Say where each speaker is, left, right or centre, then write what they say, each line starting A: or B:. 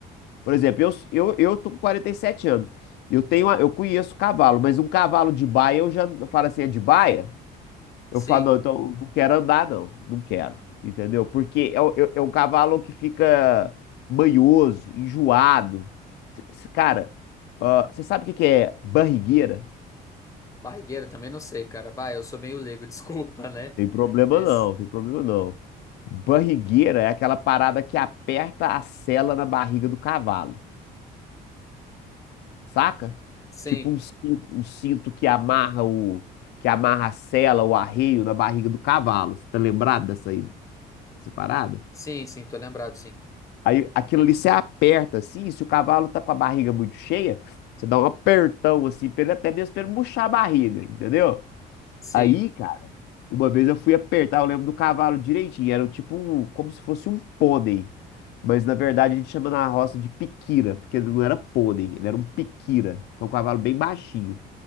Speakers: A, on the left; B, on the left.
A: por exemplo, eu, eu, eu tô com 47 anos. Eu tenho, a- eu conheço cavalo, mas um cavalo de baia, eu já eu falo assim, é de baia?
B: Sim.
A: Eu falo, não, então não quero andar, não. Não quero. Entendeu? Porque é, o- é- é um cavalo que fica manhoso, enjoado. C- c- Cara, ah, você sabe o que que é barrigueira?
B: Barrigueira também não sei, cara. Bah, eu sou meio leigo, <laughs> desculpa, né?
A: Tem problema
B: Nesse...
A: não, tem problema não. Barrigueira é aquela parada que aperta a sela na barriga do cavalo, saca?
B: Sim,
A: Tipo um cinto, um cinto que amarra o, que amarra a sela, o arreio na barriga do cavalo. Você tá lembrado dessa aí, dessa parada?
B: sim, sim, tô lembrado, sim.
A: Aí aquilo ali você aperta assim, se o cavalo tá com a barriga muito cheia, você dá um apertão assim, pra ele, até mesmo pra ele murchar a barriga, entendeu?
B: Sim,
A: Aí, cara, uma vez eu fui apertar, eu lembro do cavalo direitinho, era tipo um, como se fosse um pônei. Mas na verdade a gente chama na roça de piquira, porque ele não era pônei, ele era um piquira, que é um cavalo bem baixinho.